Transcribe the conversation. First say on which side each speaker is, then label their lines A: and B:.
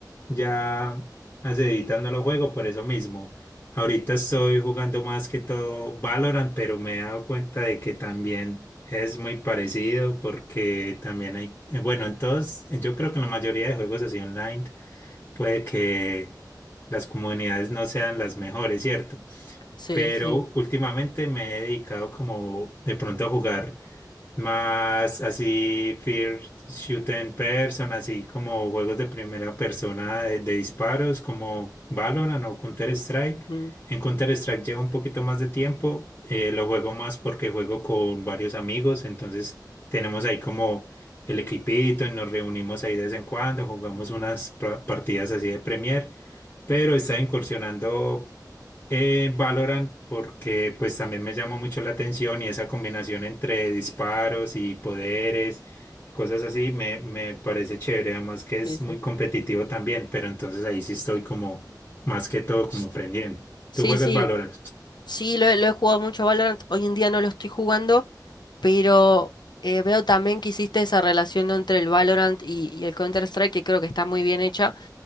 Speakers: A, on the left; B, on the left.
A: ya hace editando no lo juego por eso mismo. Ahorita estoy jugando más que todo Valorant, pero me he dado cuenta de que también es muy parecido porque también hay, eh, bueno, entonces yo creo que la mayoría de juegos así online puede que las comunidades no sean las mejores, ¿cierto?
B: Sí,
A: Pero
B: sí, sí.
A: últimamente me he dedicado como de pronto a jugar. Más así, first shooting person, así como juegos de primera persona de, de disparos, como Valorant o Counter-Strike.
B: Mm,
A: En Counter-Strike llevo un poquito más de tiempo, eh, lo juego más porque juego con varios amigos, entonces tenemos ahí como el equipito y nos reunimos ahí de vez en cuando, jugamos unas pra- partidas así de Premier, pero está incursionando. Eh, Valorant porque pues también me llama mucho la atención y esa combinación entre disparos y poderes y cosas así me, me parece chévere, además que es
B: sí,
A: muy
B: sí.
A: competitivo también, pero entonces ahí sí estoy como más que todo como aprendiendo.
B: Sí,
A: ¿Tú juegas
B: sí.
A: Valorant?
B: Sí, lo, he lo he jugado mucho Valorant, hoy en día no lo estoy jugando, pero eh, veo también que hiciste esa relación entre el Valorant y, y el Counter-Strike que creo que está muy bien hecha.